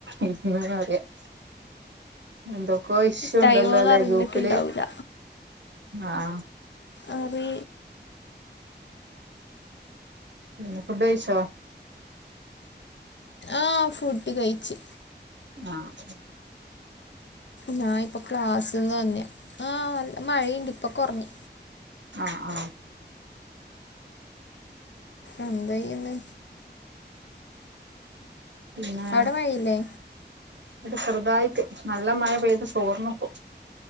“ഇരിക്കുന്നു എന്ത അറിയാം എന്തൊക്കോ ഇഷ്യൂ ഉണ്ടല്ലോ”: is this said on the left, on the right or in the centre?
Right